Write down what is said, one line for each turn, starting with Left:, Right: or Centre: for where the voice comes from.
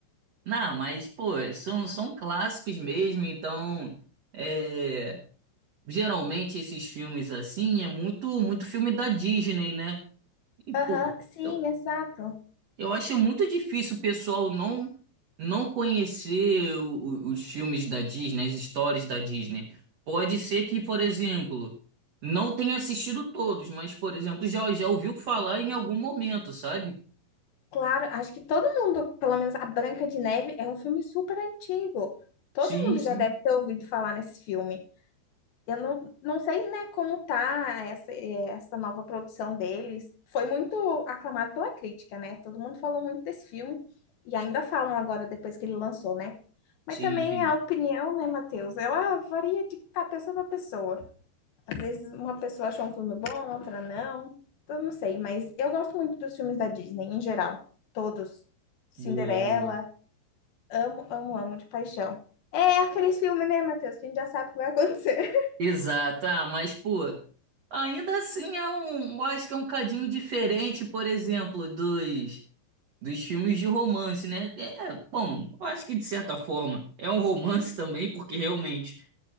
Right: Não, mas, pô, são, são clássicos mesmo, então. É, geralmente esses filmes assim é muito, muito filme da Disney, né? E,
Left: Aham,
Right: pô.
Left: sim,
Right: Eu,
Left: exato.
Right: Eu achei muito difícil o pessoal não não conhecer o- o- os filmes da Disney, as histórias da Disney. Pode ser que, por exemplo, não tenha assistido todos, mas, por exemplo, já, já ouviu falar em algum momento, sabe?
Left: Claro, acho que todo mundo, pelo menos a Branca de Neve, é um filme super antigo. Todo
Right: Sim,
Left: mundo
Right: sim.
Left: já deve ter ouvido falar nesse filme. Eu não, não sei, né, como tá essa, eh, essa nova produção deles. Foi muito aclamado pela crítica, né? Todo mundo falou muito desse filme e ainda falam agora depois que ele lançou, né? Mas
Right: Sim,
Left: também
Right: sim.
Left: a opinião, né, Matheus? Ela varia de tá, pessoa para pessoa. Às vezes uma pessoa achou um filme bom, outra não. Eu não sei, mas eu gosto muito dos filmes da Disney em geral, todos. Cinderela,
Right: Boa, boa.
Left: amo, amo, amo de paixão. É aqueles filmes, né, Matheus, que a gente já sabe o que vai <laughs> acontecer.
Right: Exato. Ah, mas, pô, ainda assim é um, eu acho que é um cadinho diferente, por exemplo, dos Dos filmes de romance, né? É, bom, eu acho que de certa forma é um romance também, porque realmente